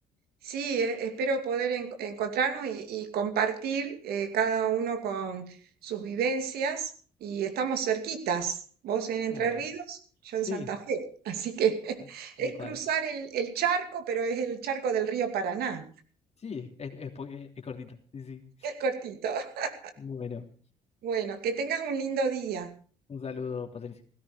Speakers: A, on the right; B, on the left.
A: sí, e- espero poder en- encontrarnos y, y compartir eh, cada uno con sus vivencias y estamos cerquitas, vos en Entre
B: Bueno,
A: Ríos, yo en
B: sí,
A: Santa Fe. Así que <laughs>
B: tal tal
A: es
B: cual.
A: cruzar el, el charco, pero es el charco del río Paraná.
B: Sí, es, es po- es- cortita. Sí, sí.
A: Es cortito. <laughs>
B: Bueno.
A: Bueno, que tengas un lindo día.
B: Un saludo, Patricia.